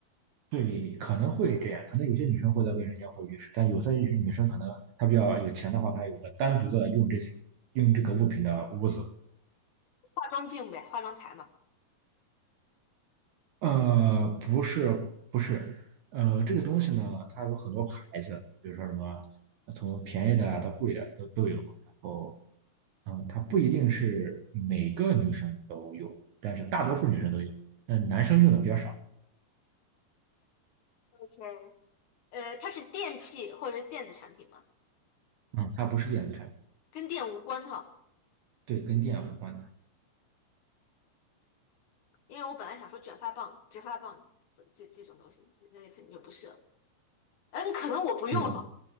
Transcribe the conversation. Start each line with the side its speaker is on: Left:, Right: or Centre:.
Right: 对，可能会这样，可能有些女生会在卫生间或浴室，但有些女女生可能她比较有钱的话，她有个单独的用这些用这个物品的屋子。
Left: 化妆镜呗，化妆台嘛。
Right: 呃，不是，不是，呃，这个东西呢，它有很多牌子，比如说什么，呃从便宜的啊到贵的都都有。然后，嗯，它不一定是每个女生都有，但是大多数女生都有，但男生用的比较少。
Left: OK，呃，它是电器或者是电子产品嘛，
Right: 嗯，它不是电子产品，
Left: 跟电无关哈。
Right: 对，跟电无关的。
Left: 因为我本来想说卷发棒、直发棒这这这种东西，那那肯定就不是了。嗯，可能我不用哈。
Right: 是的，